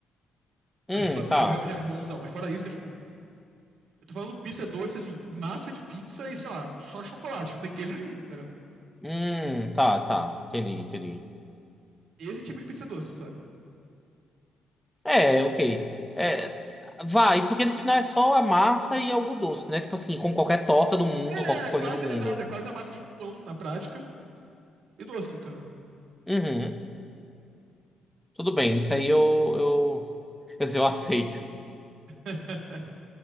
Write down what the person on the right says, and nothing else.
Mas que eu,
que eu realmente acho bonzão. Mas fora isso, é tipo, eu tô falando pizza doce, assim, massa de pizza e, sei lá, só chocolate, não tem queijo nenhum, entendeu?
Esse tipo de pizza doce, sabe?
É,
é
quase,
exato, é quase a massa de pão na prática e doce, entendeu?
<laughs>